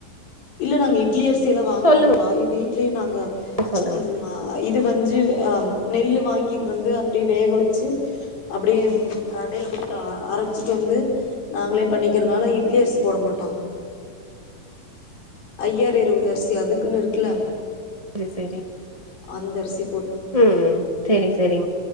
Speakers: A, on the left (about 90°); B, on the right (about 30°).
A: இல்ல நாங்க இட்லி அரிசி எல்லா வாங்க
B: சொல்லுங்க
A: மாட்டோப்பா இட்லி ட்லே நாங்க
B: சொல்லுங்க
A: ம் இது வந்து செஞ்சி நெல் வாங்கிட்டு வந்து அப்டியே வேக வச்சு அப்டியே கடைல குடுத்து அரைச்சிட்டு வந்து நாங்ளே பண்ணிக்கிறனால இட்லி அரிசி போட மாட்டோம் ஐயாறு இருவது அரிசி அதுக்குன்னு இருக்குல
B: செரி செரி
A: அந்தரிசி
B: ம் செரி செரி